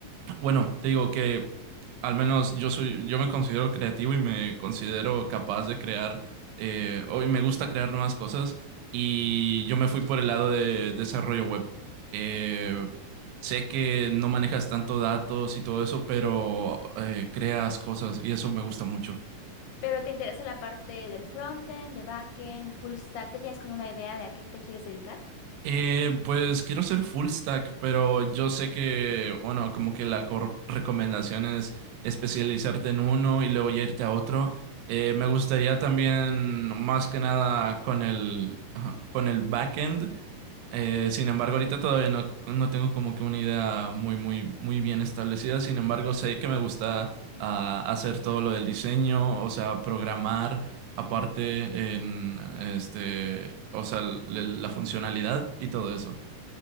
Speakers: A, on the right; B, on the left.
A: bueno, te digo que al menos yo soy, yo me considero creativo y me considero capaz de crear, eh, o- y me gusta crear nuevas cosas y yo me fui por el lado de desarrollo web. Eh, sé que no manejas tanto datos y todo eso, pero eh, creas cosas y eso me gusta mucho.
B: Pero te interesa la parte del frontend, de backend, full stack, ¿ya tienes como una idea de a qué te quieres dedicar?
A: Eh, pues quiero ser full stack, pero yo sé que, bueno, como que la cor- recomendación es especializarte en uno y luego ya irte a otro. Eh, me gustaría también, más que nada, con el, ajá, con el backend. Eh, sin embargo, ahorita todavía no, no tengo como que una idea muy, muy, muy bien establecida. Sin embargo, sé que me gusta ah, hacer todo lo del diseño, o sea, programar aparte en este, o sea, l- la funcionalidad y todo eso.